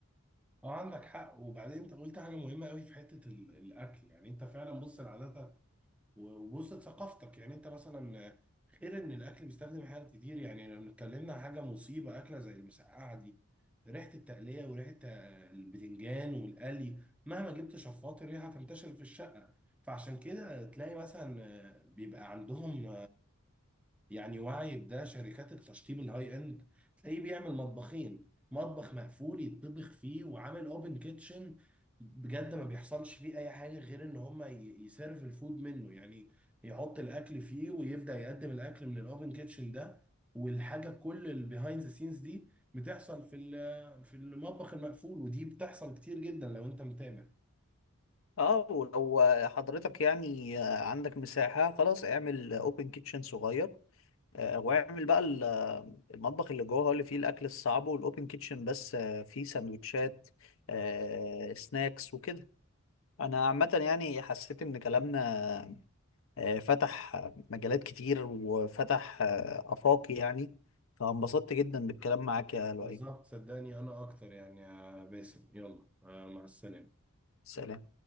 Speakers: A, in the centre; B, on the left.
A: اه عندك حق وبعدين انت قلت حاجة مهمة قوي في حتة ال- الاكل يعني انت فعلا بص لعاداتك وبص ثقافتك يعني انت مثلا غير ان الاكل بيستخدم حاجات كتير يعني لو اتكلمنا عن حاجه مصيبه اكله زي المسقعه دي ريحه التقليه وريحه البتنجان والقلي مهما جبت شفاط الريحه تنتشر في الشقه فعشان كده تلاقي مثلا بيبقى عندهم يعني واعي بده شركات التشطيب الهاي اند تلاقيه بيعمل مطبخين مطبخ مقفول يطبخ فيه وعامل اوبن كيتشن بجد ما بيحصلش فيه اي حاجه غير ان هما ي- يسيرف الفود منه يعني يحط الاكل فيه ويبدا يقدم الاكل من الاوبن كيتشن ده والحاجه كل البيهايند ذا سينز دي بتحصل في ال- في المطبخ المقفول ودي بتحصل كتير جدا لو انت متابع
B: اه ولو حضرتك يعني عندك مساحه خلاص اعمل اوبن كيتشن صغير آه، واعمل بقى ال- آه، المطبخ اللي جوه هو اللي فيه الاكل الصعب والاوبن كيتشن بس آه، فيه سندوتشات آه، سناكس وكده انا عامه يعني حسيت ان كلامنا آه، فتح مجالات كتير وفتح آه، افاقي يعني فانبسطت جدا بالكلام معاك يا لؤي
A: بالظبط صدقني انا اكتر يعني يا باسم يلا آه، مع السلامه
B: سلام